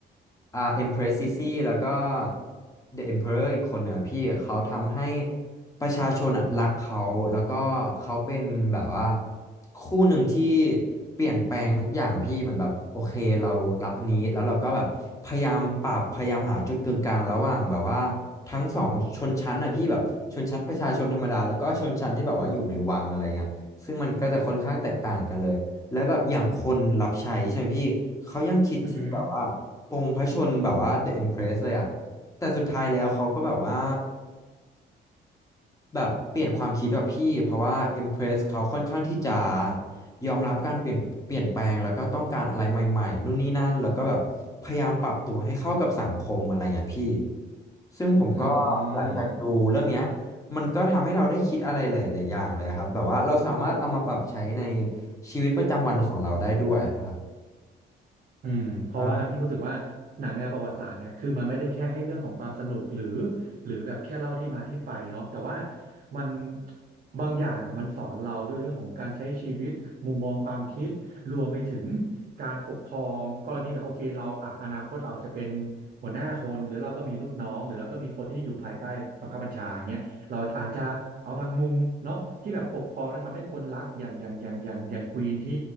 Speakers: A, on the left; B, on the right.
A: อ่าเอ็มเพรสซิซี่แล้วก็เดอะเอ็มเพอเรอร์อีกคนเนี่ยพี่เขาทำให้ ประชาชนอ่ะรักเขาแล้วก็เขาเป็นแบบว่าคู่หนึ่งที่เปลี่ยนแปลงทุกอย่างอะพี่เหมือนแบบโอเคเรารับอันนี้แล้วเราก็แบบพยายามปรับพยายามหาจุดกึ่งกลางระหว่างแบบว่าทั้งสองชนชั้นอ่ะพี่แบบชนชั้นประชาชนธรรมดาแล้วก็ชนชั้นที่แบบว่าอยู่ในวังอะไรเงี้ยซึ่งมันก็จะค่อนข้างแตกต่างกันเลยแล้วแบบอย่างคนรับใช้ใช่ไหมพี่เขายังคิดที่แบบว่าปลงพระชนแบบว่า
B: อือหือ
A: The Empress เลยอ่ะแต่สุดท้ายแล้วเขาก็แบบว่า แบบเปลี่ยนความคิดแบบพี่เพราะว่า Empress เขาค่อนข้างที่จะยอมรับการเปลี่ยนเปลี่ยนแปลงแล้วก็ต้องการอะไรใหม่ๆนู่นนี่นั่นแล้วก็แบบพยายามปรับตัวให้เข้ากับสังคมอะไรเงี้ยพี่ซึ่งผมก็
B: อื
A: หลังจากดูเรื่องเนี้ย
B: ม
A: มันก็ทำให้เราได้คิดอะไรหลายๆอย่างเลยครับแบบว่าเราสามารถเอามาปรับใช้ในชีวิตประจำวันของเราได้ด้วยครับ
B: อืมเพราะว่าพี่ก็รู้สึกว่าหนังแนวประวัติศาสตร์เนี่ยคือมันไม่ได้แค่ให้เรื่องของความสนุกหรือ
A: ว่า
B: หรือแบบแค่เล่าที่มาที่ไปเนาะแต่ว่ามันบางอย่างอ่ะมันสอนเราด้วยเรื่องของการใช้ชีวิตมุมมองความคิดรวมไปถึงการปกครองกรณีแบบโอเคเราอ่ะอนาคตเราอาจจะเป็นหัวหน้าคนหรือเราก็มีลูกน้องหรือเราก็มีคนที่อยู่ภายใต้บังคับบัญชาอย่างเงี้ย เราอาจจะเอาบางมุมเนาะที่แบบปกครองแล้วทำให้คนรักอย่างอย่างอย่างอย่างอย่างควีนที่